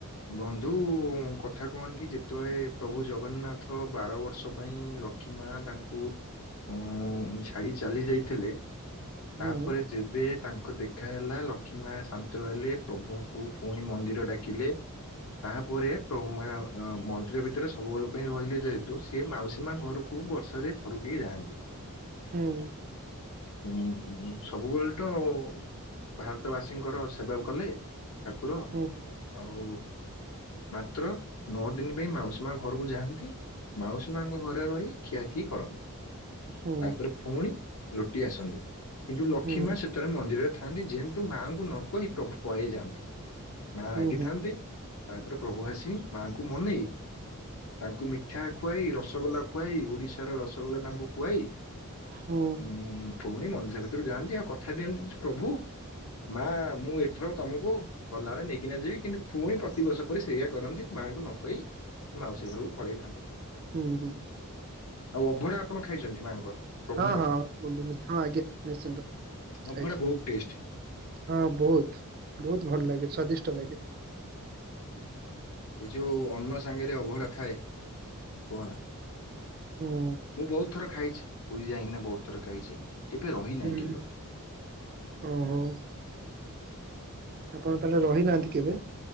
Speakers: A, on the left; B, on the right.
A: ବନ୍ଧୁ
B: ହୁଁ
A: କଥ୍ କଥା କଣ କି ଯେତେବେଳେ ପ୍ରଭୁ ଜଗନ୍ନାଥ ବାର ବର୍ଷ ପାଇଁ ଲକ୍ଷ୍ମୀ ମାଁ ତାଙ୍କୁ ଉଁ ଛାଡ଼ି ଚାଲି ଯାଇଥିଲେ।
B: ହୁଁ।
A: ତାପରେ ଯେବେ ତାଙ୍କ ଦେଖା ହେଲା ଲକ୍ଷ୍ମୀ ମାଁ ଶାନ୍ତ ହେଲେ ପ୍ରଭୁଙ୍କୁ ପୁଣି ମନ୍ଦିର ଡ଼ାକିଲେ ତାହାପରେ ପ୍ର-ମାଁ ମନ୍ଦିର ଭିତରେ ସବୁବେଳେ ପାଇଁ ରହିଲେ ଯେହେତୁ ସିଏ ମାଉସୀ ମାଁ ଘରକୁ କୋଉ ବର୍ଷରେ ଥରୁଟିଏ ଯାଆନ୍ତି।
B: ହୁଁ।
A: ଉଁ ହୁଁ ସବୁବେଳେ ତ ଭାରତବାସୀଙ୍କର ସେବା କଲେ ଠାକୁର
B: ହୁଁ
A: ଆଉ ମାତ୍ର ନଅ ଦିନ ପାଇଁ ମାଉସୀ ମା ଘରକୁ ଯାଆନ୍ତି। ମାଉସୀ ମାଁଙ୍କ ଘରେ ରହି ଖିଆଖିଇ କରନ୍ତି।
B: ହୁଁ
A: ତାପରେ ଫୁଣି ଲୋଟି ଆସନ୍ତି କିନ୍ତୁ ଲକ୍ଷ୍ମୀ
B: ହୁଁ
A: ମା ସେ ଭିତରେ ମନ୍ଦିରରେ ଥାଆନ୍ତି ଯେହେ ମାଁ ଙ୍କୁ ନ କହି ପ୍ରଭୁ ପଳେଇ ଯାଆନ୍ତି। ମାଁ ରାଗିଥାନ୍ତି
B: ହୁଁ
A: ତାପରେ ପ୍ରଭୁ ଆସି ମାଆଙ୍କୁ ମନେଇ ତାଙ୍କୁ ମିଠା ଖୁଆଇ ରସଗୋଲା ଖୁଆଇ ଓଡ଼ିଶାର ରସଗୋଲା ତାଙ୍କୁ ଖୁଆଇ
B: ହୁଁ।
A: ଉଁ ପୁଣି ମନ୍ଦିର ଭିତରୁ୍ ଯାଆନ୍ତି, ଆଉ କଥା ଦିଅନ୍ତି ଯେ ପ୍ରଭୁ ମାଁ ମୁଁ ଏଥର ତମକୁ ଗଲାବେଳେ ନେଇକିନା ଯିବି କିନ୍ତୁ ପୁଣି ପ୍ରତିବର୍ଷ ପରି ସେଇଆ କରନ୍ତି, ମାଁଙ୍କୁ ନ କହି ସେ ମାଉସୀ ଘରକୁ ପଳେଇ ଯାଆନ୍ତି,
B: ହୁଁ ହୁଁ
A: ଆଉ ଅଭଡ଼ା ଆପଣ ଖାଇଛନ୍ତି ମାଆଙ୍କର? ପ୍ରଭୁଙ୍କର
B: ହଁ ହଁ ବନ୍ଧୁ ନିଶ୍ ହଁ ଆଜ୍ଞା ନିଶ୍ଚିନ୍ତ
A: ଅଭଢା
B: ଖାଇଚ୍
A: ବହୁତ ଟେଷ୍ଟ।
B: ହଁ ବହୁତ ବହୁତ ଭଲ ଲାଗେ, ସ୍ଵାଦିଷ୍ଟ ଲାଗେ।
A: ଏ ଯୋଉ ଅନ୍ନ ସାଙ୍ଗରେ ଅଭଡ଼ା ଥାଏ କୁହନା।
B: ହୁଁ
A: ମୁଁ ବହୁତ ଥର ଖାଇଛି ପୁରୀ ଯାଇଁକିନି ବହୁତ ଥର ଖାଇଛି କେବେ ରହିନାହିଁ
B: ହୁଁ
A: କିନ୍ତୁ
B: ଓହୋ ଆପଣ ତାହେଲେ ରହିନାହାନ୍ତି କେବେ?